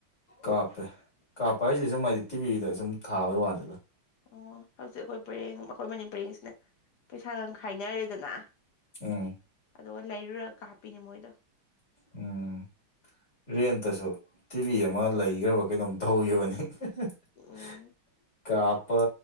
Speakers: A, on the left; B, on the left.
A: ꯀꯥꯞꯄꯦ ꯀꯥꯞꯄ ꯍꯥꯏꯁꯦ ꯁꯨꯝ ꯍꯥꯏꯗꯤ ꯇꯤꯚꯤꯗ ꯁꯨꯝ ꯊꯥꯕꯩ ꯋꯥꯅꯤꯗ
B: ꯑꯣ ꯍꯧꯖꯤꯛ ꯑꯩꯈꯣꯏ ꯄꯔꯦꯡ ꯑꯩꯈꯣꯏ ꯃꯅꯤ ꯄꯔꯦꯡꯁꯤꯅ ꯄꯩꯁꯥꯒ ꯈꯥꯏꯅꯔꯦꯗꯅ
A: ꯑꯣ
B: ꯑꯗꯨꯒ ꯂꯩꯔꯨꯔꯒ ꯀꯥꯞꯄꯤꯅꯤ ꯃꯣꯏꯗꯣ
A: ꯎꯝ ꯔꯦꯟꯇꯁꯨ ꯇꯤꯚꯤ ꯑꯃ ꯂꯩꯈ꯭ꯔꯕ ꯀꯩꯅꯣꯝ ꯇꯧꯈꯤꯕꯅꯤ <unintelligible>
B: ꯎꯝ
A: ꯀꯥꯞꯄ